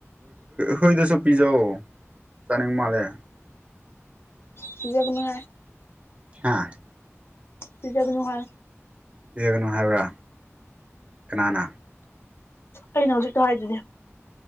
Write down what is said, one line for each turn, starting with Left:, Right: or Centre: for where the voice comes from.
Right: ꯊꯨꯗꯁꯨ ꯄꯤꯖꯧ ꯆꯥꯅꯤꯡ ꯃꯥꯜꯂꯦ
Left: ꯄ ꯌꯅ
Right: ꯍꯥꯥ <inaudible> <unintelligible>
Left: ꯇꯖꯒꯅꯨꯍ
Right: ꯌꯦꯒꯅꯨ ꯍꯥꯏꯕ꯭ꯔꯥ ꯀꯅꯥꯅ
Left: ꯑꯩꯅ ꯍꯧꯖꯤꯛꯇꯣ ꯍꯥꯏꯗꯨꯗꯤ